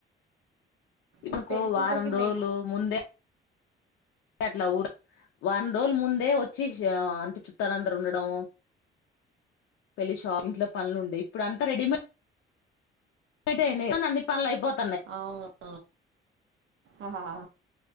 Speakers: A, on the left; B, on the right.
A: ఇప్పుకో
B: ఈ పెళ్ళి
A: వారం
B: కూతురికి
A: రోజులు
B: మేక్
A: ముందే అట్లా ఊరు వారం రోజుల ముందే వచ్చి అంటే చుట్టాలు అందరు ఉండడం పెళ్లి షాప్ ఇంట్లో పనులు ఉండే ఇప్పుడు అంతా రెడీమేడ్ అన్ని పనులు అయిపోత
B: అవునా ఆహా హా